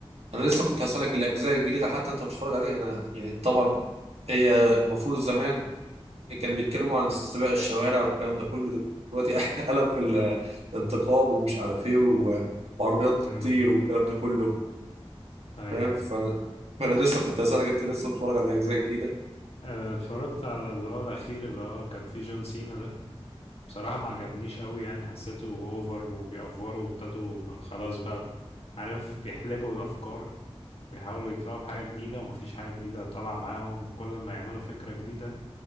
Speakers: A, on the right; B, on the left.
A: لسه كنت هسألك الاجزاء الجديده حتى انت بتتفرج عليها انا يعني طبعا هي المفروض زمان كان بيتكلموا عن سباق الشوارع والكلام ده كله دلوقتي <laughs> قلب في الانتقام ومش عارف ايه و- وعربيات بتطير
B: امم
A: والكلام ده كله
B: اي
A: فاهم فانا فانا لسه كنت هسألك انت لسه بتتفرج على الاجزاء الجديده
B: اتفرجت على اللي هو الاخير اللي هو كان فيه جون سينا ده بصراحة ما عجبنيش قوي يعني حسيته اوفر وبيأفوروا وابتدوا خلاص بقى عارف بيحلبوا الأفكار بيحاولوا يطلعوا بحاجة جديدة ومفيش حاجة جديدة طالعة معاهم وكل ما يعملوا فكرة جديدة